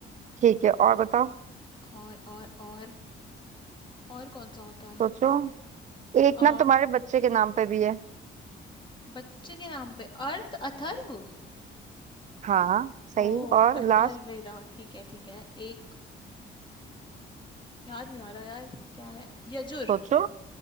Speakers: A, on the right; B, on the left.
A: ठीक है और बताओ
B: और और और और कौन सा होता है
A: सोचो एक
B: आ,
A: ना तुम्हारे बच्चे के नाम पे भी है
B: बच्चे के नाम पे अर्थ अथर्व
A: हाँ सही
B: ओ
A: और
B: अथर्वेदा
A: लास्ट
B: ठीक है ठीक है एक याद नहीं आ रहा यार क्या है यजुर
A: सोचो